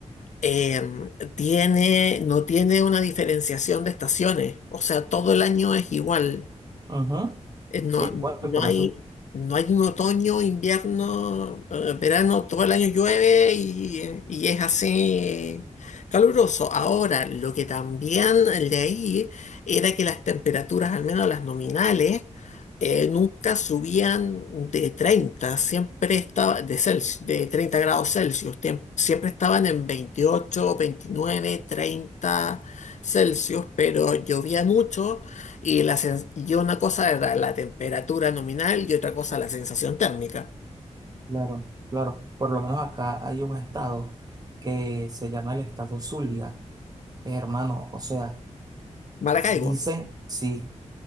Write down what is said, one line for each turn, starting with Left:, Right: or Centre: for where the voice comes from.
Left: em, tiene, no tiene una diferenciación de estaciones, o sea, todo el año es igual
Right: Ujú,
Left: eh, No,
Right: Sí, tal cual,
Left: no
Right: por
Left: hay,
Right: eso,
Left: no hay un otoño, invierno, eh, verano, todo el año llueve y, y es así caluroso. Ahora, lo que también leí era que las temperaturas, al menos las nominales, eh, nunca subían de treinta siempre estaba de Celsius, de 30 grados Celsius, tiem- siempre estaban en 28 29 30 Celsius, pero llovía mucho y, la sen- y una cosa era la temperatura nominal y otra cosa la sensación térmica.
Right: claro, claro. Por lo menos acá hay un estado que se llama el estado Zulia, hermano. O sea,
Left: Maracaibo,
Right: dicen, sí,